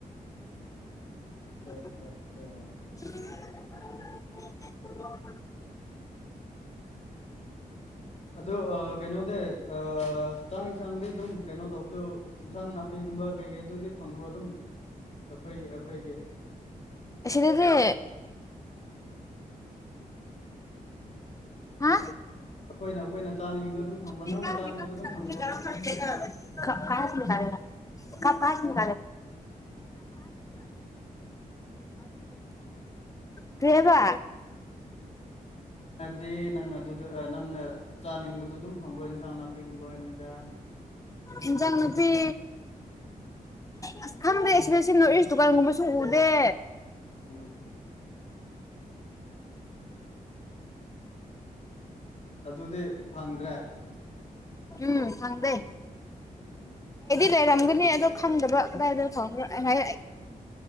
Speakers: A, on the left; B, on the left.
A: <unintelligible>
B: ꯑꯠꯆꯥ ꯑꯠꯆꯥ
A: <unintelligible>
B: ꯑꯗꯣ ꯑ ꯀꯩꯅꯣꯗ ꯑ ꯏꯟꯁꯥꯡꯗꯤ ꯑꯗꯨꯝ ꯀꯩꯅꯣ ꯇꯧꯗꯣ ꯏꯟꯁꯥꯡ ꯅꯥꯄꯤꯒꯨꯝꯕ ꯀꯩꯀꯩꯗꯨꯗꯤ ꯐꯪꯕ꯭ꯔꯣ ꯑꯗꯨꯝ ꯑꯈꯣꯏꯒꯤ ꯑꯈꯣꯏꯒꯤ
A: ꯑꯁꯤꯗꯒꯤ ꯍꯥ
B: ꯑꯩꯈꯣꯏꯅ ꯑꯩꯈꯣꯏꯅ ꯆꯥꯅꯤꯡꯕꯗꯣ ꯑꯗꯨꯝ ꯐꯪꯕ꯭ꯔꯣ
A: <unintelligible>
B: ꯅꯪꯅ ꯆꯥꯅꯤꯡꯕꯗꯣ ꯑꯗꯨꯝ ꯐꯪꯕ꯭ꯔꯣ
A: <unintelligible> ꯀꯔꯤ ꯍꯥꯢꯕ
B: ꯗꯤ ꯅꯪꯅ ꯑꯗꯨꯗ ꯅꯪꯅ ꯆꯥꯅꯤꯡꯕꯗꯨ ꯑꯗꯨꯝ ꯐꯪꯕ꯭ꯔꯣ ꯏꯟꯁꯥꯡ ꯅꯥꯄꯤꯒꯨꯝꯕ ꯍꯥꯢꯕꯅꯦꯗ
A: ꯏꯟꯖꯥꯡ ꯅꯄꯤ ꯑꯁ ꯈꯪꯗꯦ ꯁꯤꯗ ꯅꯣꯠ ꯢꯁ ꯗꯨꯀꯥꯟꯒꯨꯝꯕꯁꯨ ꯎꯗꯦ
B: ꯎꯝ ꯑꯗꯨꯗꯤ ꯐꯪꯗ꯭ꯔꯦ
A: ꯎꯝ ꯐꯪꯗꯦ
B: ꯎꯝ
A: ꯂꯩꯔꯝꯒꯅꯤ ꯑꯗꯣ ꯈꯪꯗꯕ ꯀꯗꯥꯏꯗ ꯐꯪꯕꯔꯥ